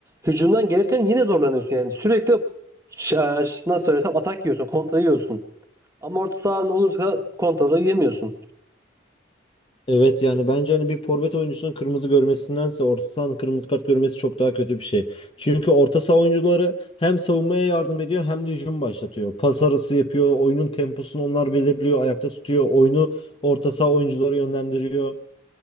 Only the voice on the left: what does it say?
Evet yani bence hani bir forvet oyuncusunun kırmızı görmesindense orta sahanın kırmızı kart görmesi çok daha kötü bir şey. Çünkü orta saha oyuncuları hem savunmaya yardım ediyor hem de hücum başlatıyor. Pas arası yapıyor, oyunun temposunu onlar belirliyor, ayakta tutuyor, oyunu orta saha oyuncuları yönlendiriyor.